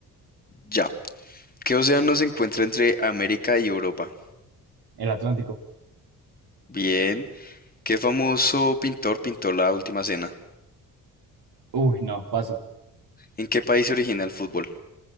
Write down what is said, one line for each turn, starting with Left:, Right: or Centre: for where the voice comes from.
Left: ya. ¿Qué océano se encuentra entre América y Europa?
Right: El Atlántico.
Left: Bien. ¿Qué famoso pintor pintó la última cena?
Right: Uy, no, paso.
Left: ¿En qué país se origina el fútbol?